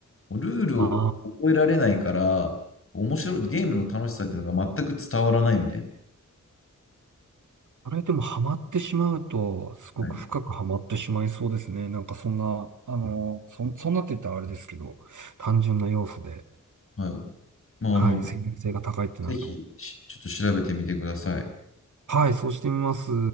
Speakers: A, on the left (about 45°); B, on the right (about 70°).
A: な。ルールを覚えられないから、
B: あ
A: 面白い、ゲームの楽しさっていうのが全く伝わらないみたいな。
B: あれでもハマってしまうと、すごく深くハマってしまいそうですね。
A: はい。
B: なんかそんな、あの、そ、そんなって言ったらあれですけど、単純な要素で、
A: はい。まあ、
B: はい、
A: あの、
B: 専門性が高いってなると。
A: ぜひ、しちょっと調べてみてください。
B: はい、そうしてみます。